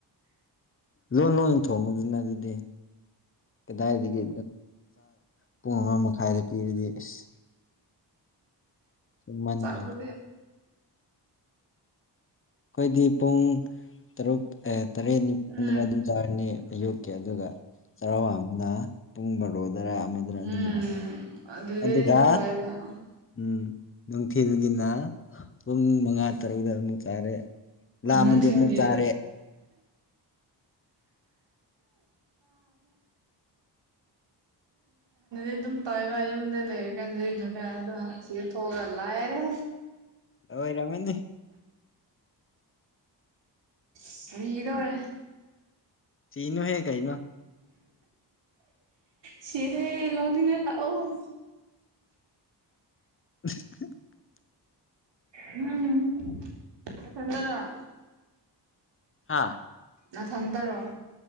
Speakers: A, on the left; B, on the right.
A: ꯂꯣꯟ ꯂꯣꯏ ꯊꯣꯡꯉꯗꯨꯅ ꯑꯗꯨꯗꯤ ꯀꯗꯥꯏꯗꯒꯤ ꯄꯨꯡ ꯑꯃ ꯃꯈꯥꯏꯗ ꯄꯤꯔꯗꯤ ꯑꯁ ꯊꯦꯡꯃꯟꯈ꯭ꯔꯦ
B: ꯆ ꯃ
A: ꯑꯩꯈꯣꯏꯗꯤ ꯄꯨꯡ ꯇꯔꯨꯛ ꯇꯔꯦꯠ ꯅꯤꯄꯥꯜꯗꯅ
B: ꯎꯝ
A: ꯑꯗꯨꯝ ꯆꯥꯔꯅꯤ ꯑꯌꯨꯛꯀꯤ ꯑꯗꯨꯒ ꯆꯥꯔ꯭ꯁꯟꯕꯅꯥ ꯄꯨꯡ ꯕꯥꯔꯣꯗꯔ ꯑꯃꯗꯔ ꯑꯗꯨꯝ
B: ꯎꯝ
A: ꯋꯥꯟꯕ
B: ꯑꯗꯨꯗꯗꯤ
A: ꯑꯗꯨꯒ
B: <inaudible>
A: ꯎꯝ ꯅꯨꯡꯊꯤꯜꯒꯤꯅ ꯄꯨꯡ ꯃꯉꯥ ꯇꯔꯨꯛꯇ ꯑꯃꯨꯛ ꯆꯥꯔꯦ ꯂꯝꯃꯗꯤ
B: ꯅꯨꯡꯊꯤꯟꯒꯤ
A: ꯑꯃꯨꯛ ꯆꯥꯔꯦ
B: <unintelligible> <unintelligible> ꯑꯗꯨꯝ ꯇꯧꯏꯕ ꯌꯨꯝꯗ ꯂꯩꯔ ꯀꯥꯟꯗ ꯑꯗ ꯁꯤ ꯊꯣꯛꯑꯒ ꯂꯥꯏꯔꯦ
A: ꯍꯣꯏ ꯔꯃꯟꯅꯤ
B: ꯁꯤꯗꯣꯔꯦ
A: ꯁꯤꯅꯨꯍꯦ ꯀꯩꯅꯣ
B: ꯁꯤꯔꯦ ꯂꯧꯅꯤꯡꯉꯥ ꯂꯛꯑꯣ
A: <inaudible>
B: ꯎꯝ ꯅꯊꯟꯗꯔꯣ
A: ꯍꯥꯥ
B: ꯅꯊꯟꯇꯔꯣ